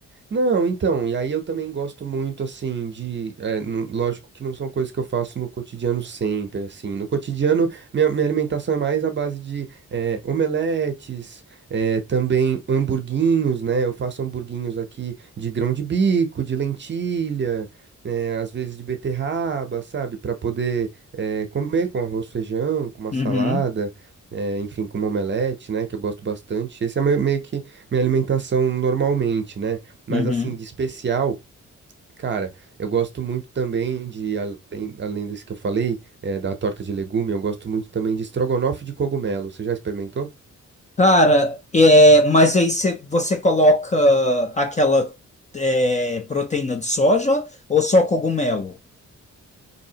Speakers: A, on the right; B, on the left.
A: Não, então, e aí eu também gosto muito, assim, de. é, nu- lógico que não são coisas que eu faço no cotidiano sempre, assim. No cotidiano, minha, minha alimentação é mais à base de é, omeletes, é, também hamburguinhos, né? Eu faço hamburguinhos aqui de grão de bico, de lentilha, é, às vezes de beterraba, sabe? Para poder é, comer com arroz, feijão, com uma
B: Uhum,
A: salada. é, enfim, com uma omelete, né, que eu gosto bastante. Esse é meu- meio que minha alimentação normalmente, né? Mas
B: uhum.
A: assim, de especial, cara, eu gosto muito também de, além, além desse que eu falei, eh, da torta de legume, eu gosto muito também de estrogonofe de cogumelo. Você já experimentou?
B: Cara, é, mas aí você, você coloca aquela é, proteína de soja ou só cogumelo?